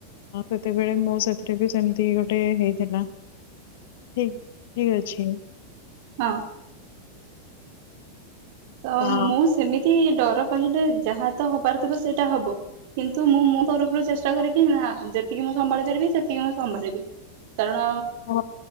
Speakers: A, on the left; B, on the right.
A: ସେତେବେଳେ ମୋ ସାଥିରେ ବି ସେମିତି ଗୋଟେ ହେଇଥିଲା ଠିକ୍ ଅଛି?
B: ହଁ। ତ
A: ହଁ।
B: ମୁଁ ସେମିତି ଡର କହିଲେ ଯାହା ତ ହବାର ଥିବ ସେଇଟା ହବ କିନ୍ତୁ ମୁଁ ମୁଁ ତରଫରୁ ଚେଷ୍ଟା କରିକି ନା ଯେତିକି ମୁଁ ସମ୍ଭାଳି ପାରିବି ସେତିକି ମୁଁ ସମ୍ଭାଳିବି। କାରଣ
A: ହଁ